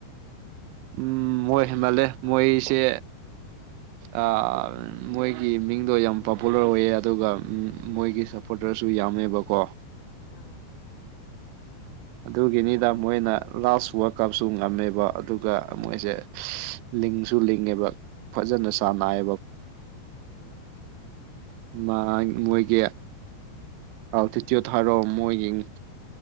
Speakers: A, on the right; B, on the left.
A: ꯎꯝ ꯃꯣꯏ ꯍꯦꯟꯃꯜꯂꯦ ꯃꯣꯏꯁꯦ ꯑꯥ ꯃꯣꯏꯒꯤ ꯃꯤꯡꯗꯣ ꯌꯥꯝ ꯄꯣꯄꯨꯂꯔ ꯑꯣꯏꯌꯦ ꯑꯗꯨꯒ ꯃꯣꯏꯒꯤ ꯁꯞ ꯄꯣꯇꯔꯁꯨ ꯌꯥꯝꯃꯦꯕꯀꯣ
B: ꯑꯥ
A: ꯑꯗꯨꯒꯤꯅꯤꯗ ꯃꯣꯏꯅ ꯂꯥꯁ ꯋꯥꯔꯜ ꯀꯞꯁꯨ ꯉꯝꯃꯦꯕ ꯑꯗꯨꯒ ꯃꯣꯏꯁꯦ ꯂꯤꯡꯁꯨ ꯂꯤꯡꯉꯦꯕ ꯐꯖꯅ
B: ꯎꯝ
A: ꯁꯥꯟꯅꯩꯑꯦꯕ
B: ꯍꯣꯏ ꯍꯣꯏ
A: ꯃꯥ ꯃꯣꯏꯒꯤ <unintelligible> ꯊꯥꯔꯛꯑꯣ ꯃꯣꯏ ꯌꯦꯡꯉꯤ